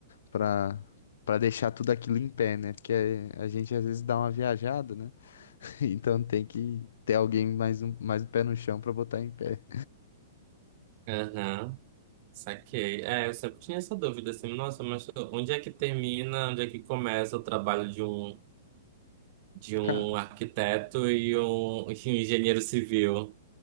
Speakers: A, on the left; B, on the right.
A: Para para deixar tudo aquilo em pé, né? Porque a gente às vezes dá uma viajada, né? <laughs> Então tem que ter alguém mais um, mais o pé no chão para botar em pé.
B: aham, saquei. É, eu sempre tinha essa dúvida, assim, nossa, mas onde é que termina, onde é que começa o trabalho de um, de um
A: Ca-
B: arquiteto e um, <laughs> e um engenheiro civil?